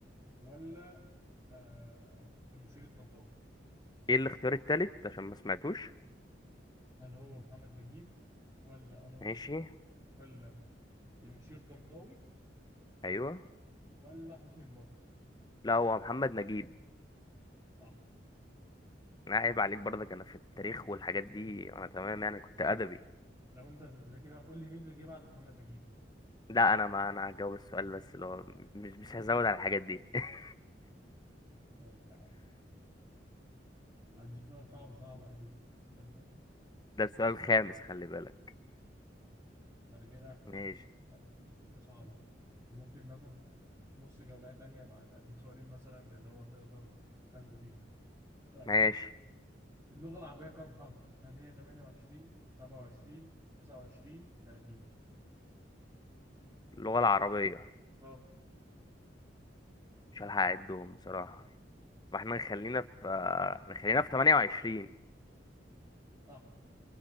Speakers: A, on the right (about 20°); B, on the left (about 25°).
A: ولا آه المشير الطنطاوي
B: ايه الاختيار التالت عشان ما سمعتوش
A: هل هو محمد نجيب ولا انور
B: ماشي
A: السادات ولا المشير الطنطاوي
B: ايوه
A: ولا حسني مبارك
B: لا هو محمد نجيب
A: صح
B: لا عيب عليك برضك انا في التاريخ والحاجات دي انا تمام يعني كنت
A: لا
B: ادبي
A: لو انت ذكي بقى قول لي مين اللي جه بعد محمد نجيب
B: لا انا ما انا هجاوب السؤال بس لو مش مش
A: <laughs>
B: هزود على الحاجات دي <laughs>
A: طيب تعالى اديك سؤال صعب صعب قوي استنى
B: ده السؤال الخامس خلي بالك
A: فأنا كده هحتاج
B: ماشي
A: أسأل دي كصعبة ممكن ناخد نص جولة تانية أبقى أديك سؤالين مثلا اللي هو تقدر تنجو بيهم طيب
B: ماشي
A: اللغة العربية كم حرف؟ هل هي 28 27 29 30
B: اللغة العربية
A: اه
B: مش هلحق اعدهم بصراحة فاحنا نخلينا في آه، نخلينا في 28
A: صح